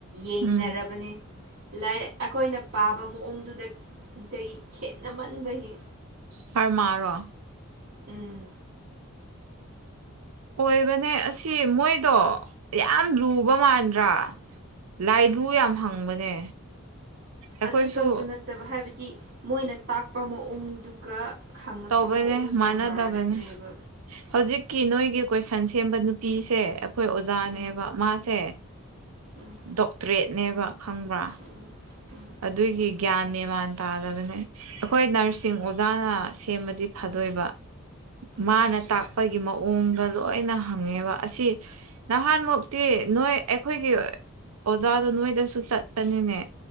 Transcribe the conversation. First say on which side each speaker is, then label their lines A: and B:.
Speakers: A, on the right (about 50°); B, on the right (about 80°).
A: ꯌꯦꯡꯅꯔꯕꯅꯦ
B: ꯎꯝ
A: ꯂꯥꯏ ꯑꯩꯈꯣꯏꯅ ꯄꯥꯕ ꯃꯑꯣꯡꯗꯨꯗ ꯗꯒꯤ ꯈꯦꯠꯅꯃꯟꯕꯒꯤ
B: ꯐꯔꯃꯥꯔꯣ
A: ꯎꯝ
B: ꯑꯣꯏꯕꯅꯦ ꯑꯁꯤ ꯃꯣꯏꯗꯣ ꯌꯥꯝ ꯂꯨꯕ ꯃꯥꯟꯗ꯭ꯔꯥ ꯂꯥꯏꯕꯨ ꯌꯥꯝ ꯍꯪꯕꯅꯦ ꯑꯩꯈꯣꯏꯁꯨ
A: ꯑꯗꯨꯇꯪꯁꯨ ꯅꯠꯇꯕ ꯍꯥꯏꯕꯗꯤ ꯃꯣꯏꯅ ꯇꯥꯛꯄ ꯃꯑꯣꯡꯗꯨꯒ ꯈꯪꯉꯛꯄ
B: ꯇꯧꯕꯅꯦ
A: ꯃꯑꯣꯡꯗꯨꯒ
B: ꯃꯥꯟꯅꯗꯕꯅꯦ
A: ꯃꯥꯟꯅꯗ꯭ꯔꯦꯕ
B: ꯍꯧꯖꯤꯛꯀꯤ ꯅꯣꯏꯒꯤ ꯀꯣꯏꯁꯟ ꯁꯦꯝꯕ ꯅꯨꯄꯤꯁꯦ ꯑꯩꯈꯣꯏ ꯑꯣꯖꯥꯅꯦꯕ
A: ꯎꯝ
B: ꯃꯥꯁꯦ
A: ꯎꯝ
B: ꯗꯣꯛꯇ꯭ꯔꯦꯠꯅꯦꯕ ꯈꯪꯕ꯭ꯔꯥ
A: ꯎꯝ ꯎꯝ
B: ꯑꯗꯨꯒꯤ ꯒ꯭ꯌꯥꯟ ꯃꯦꯃꯥꯟ ꯇꯥꯗꯕꯅꯦ ꯑꯩꯈꯣꯏ ꯅꯔꯁꯤꯡ ꯑꯣꯖꯥꯅ ꯁꯦꯝꯕꯗꯤ ꯐꯗꯣꯏꯕ ꯃꯥꯅ
A: ꯎꯝ
B: ꯇꯥꯛ ꯈꯣꯢꯒꯤ ꯃꯑꯣꯡꯗ ꯂꯣꯏꯅ ꯍꯪꯉꯦꯕ ꯑꯁꯤ ꯅꯍꯥꯟꯃꯨꯛꯇꯤ ꯅꯣꯏ ꯑꯩꯈꯣꯏꯒꯤ ꯑꯣꯖꯥꯗꯣ ꯅꯣꯏꯗꯁꯨ ꯆꯠꯄꯅꯤꯅꯦ